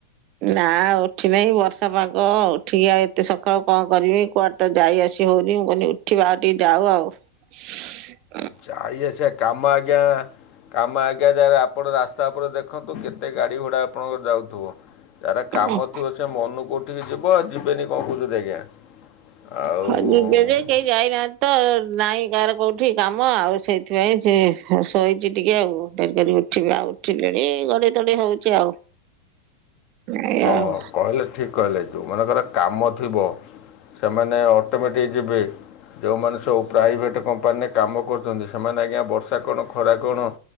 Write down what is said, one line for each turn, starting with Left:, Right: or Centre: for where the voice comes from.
Right: ନା ଉଠି ନାହିଁ ବର୍ଷା ପାଗ ଉଠିକି ଆ ଏତେ ସକାଳୁ କଣ କରିବି କୁଆଡେ ତ ଯାଇ ଆସି ହଉନି ମୁଁ କହିଲି ଉଠିବା ଆଉ ଟିକେ ଯାଉ ଆଉ।
Left: ଯାଇଏଛ କାମ ଆଜ୍ଞା କାମ ଆଜ୍ଞା ଯାଏ ଆପଣ ରାସ୍ତା ଉପରେ ଦେଖନ୍ତୁ କେତେ ଗାଡ଼ି ଗୋଡ଼ା ଆପଣଙ୍କର ଯାଉଥିବ। ଯାରା କାମ
Right: ଆଉ
Left: ଥିବ ସେ ମନେ କୋଉଠିକି ଯିବ ଆଉ ଯିବେନି କଣ କହୁଛଛନ୍ତି ଆଜ୍ଞା। ଆଉ
Right: ହଁ ଯିବେ ଯେ କେହି ଯାଇନାହାନ୍ତି। ତ ନାଇଁ କାହାର କୋଉଠି କାମ ଆଉ ସେଇଥିପାଇଁ ସେସୋଇଛି ଟିକେ ଆଉ ଡେରି କର ଉଠିବି ଆଉ ଉଠିଲିଣି ଗଡେଇ ତଡେଇ ହଉଛି ଆଉ। ଏଇଆ
Left: ହଁ
Right: ଆଉ
Left: କହିଲେ ଠିକ କହିଲେ ଯୋଉ ମାନଙ୍କର କାମ ଥିବ। ସେମାନେ ଅଟୋମେଟିକ ଯିବେ।
Right: ହ
Left: ଯେଉଁମାନେ ସବୁ ପ୍ରାଇଭେଟ୍ କମ୍ପାନୀରେ କାମ କରୁଛନ୍ତି ସେମାନେ ଆଜ୍ଞା ବର୍ଷା କଣ ଖରା କଣ।